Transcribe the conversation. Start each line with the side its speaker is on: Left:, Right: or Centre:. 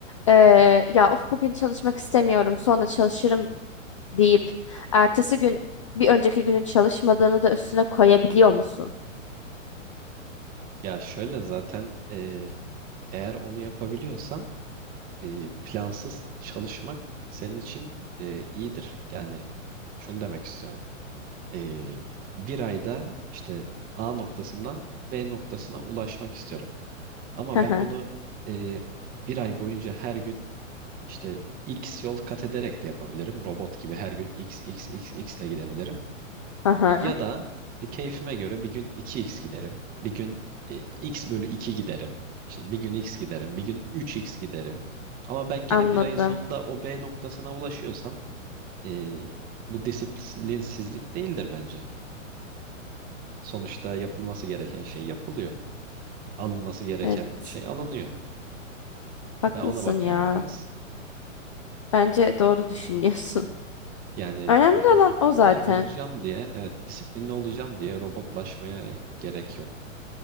Left: Ee, ya of bugün çalışmak istemiyorum, sonra çalışırım deyip ertesi gün bir önceki günün çalışmadığını da üstüne koyabiliyor musun?
Right: Ya şöyle zaten eee, eğer onu yapabiliyorsan eee, plansız çalışmak senin için eee, iyidir. Yani şunu demek istiyorum. Eee, bir ayda işte A noktasından B noktasına ulaşmak istiyorum. Ama
Left: Hı
Right: ben
Left: hı.
Right: bunu eee, bir ay boyunca her gün işte X yol kat ederek de yapabilirim. Robot gibi her gün X, X, X, X ile gidebilirim.
Left: Aha,
Right: Ya da e, keyfime göre bir gün iki x giderim. Bir gün e, x bölü 2 giderim. İşte bir gün x giderim. Bir gün üç x giderim. Ama ben gene
Left: anladım.
Right: bir ayın sonunda o B noktasına ulaşıyorsam e, bu disiplinsizlik değildir bence. Sonuçta yapılması gereken şey yapılıyor. Alınması gereken
Left: Evet,
Right: şey alınıyor.
Left: haklısın
Right: Ben ona bakıyorum
Left: ya.
Right: biraz.
Left: Bence doğru düşünüyorsun.
Right: Yani
Left: Önemli
Right: e, disiplinli
Left: olan o zaten.
Right: olacağım diye, evet disiplinli olacağım diye robotlaşmaya gerek yok.